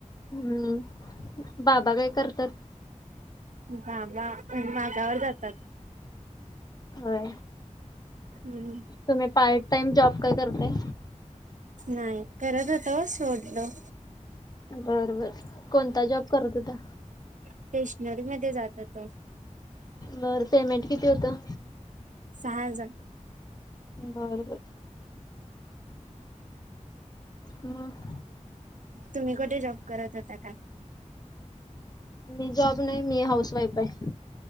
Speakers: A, on the left (about 30°); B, on the right (about 75°).
A: हम्म बाबा काय करत्यात?
B: बाबा माझ्यावर जातात.
A: होय.
B: हम्म.
A: तुम्ही पार्ट टाइम जॉब काय करताय?
B: नाही करत होतो सोडलो.
A: बर बर कोणता जॉब करत होता?
B: स्टेशनरीमध्ये जात होतो.
A: बरं पेमेंट किती होतं.
B: सहा हजार.
A: बर बर. मग?
B: तुम्ही कुठे जॉब करत होता का?
A: मी जॉब नाही मी हाऊस वाईफ आहे.